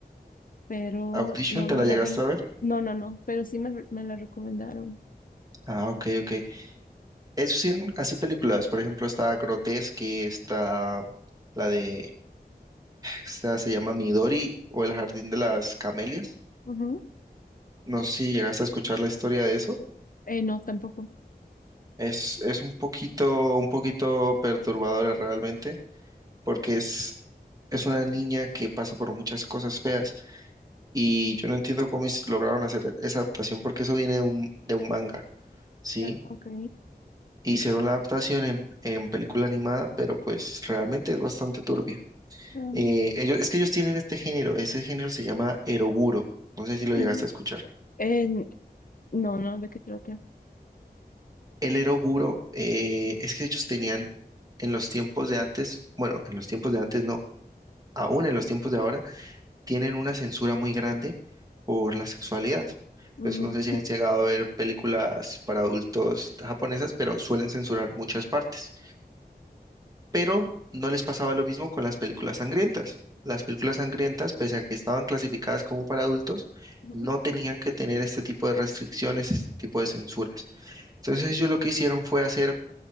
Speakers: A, on the left; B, on the right.
A: pero
B: Audition,
A: no,
B: ¿te
A: no
B: la
A: la
B: llegaste
A: vi.
B: a ver?
A: No, no, no, pero sí me, re- me la recomendaron.
B: Ah, ok, ok. Es sí, así películas, por ejemplo, está Grotesque, está la de, esta se llama Midori o El Jardín de las Camelias.
A: Ujú.
B: No sé si llegaste a escuchar la historia de eso.
A: Eh, no, tampoco.
B: Es, es un poquito, un poquito perturbadora realmente, porque es, es una niña que pasa por muchas cosas feas y yo no entiendo cómo es- lograron hacer esa adaptación porque eso viene de un, de un manga, ¿sí?
A: Ah, ok.
B: Hicieron la adaptación en, en película animada, pero pues realmente es bastante turbia.
A: Ah,
B: Eh, ellos, es que ellos tienen este género, ese género se llama eroguro, no sé si lo
A: ujú.
B: llegaste a escuchar.
A: en no, no, ¿de qué trata?
B: El eroguro eh, es que ellos tenían en los tiempos de antes, bueno, en los tiempos de antes no, aún en los tiempos de ahora, tienen una censura muy grande por la sexualidad. Entonces,
A: Ujú,
B: no sé si has llegado a ver películas para adultos japonesas, pero suelen censurar muchas partes. pero no les pasaba lo mismo con las películas sangrientas. Las películas sangrientas, pese a que estaban clasificadas como para adultos,
A: ujú.
B: no tenían que tener este tipo de restricciones, este tipo de censuras. Entonces ellos lo que hicieron fue hacer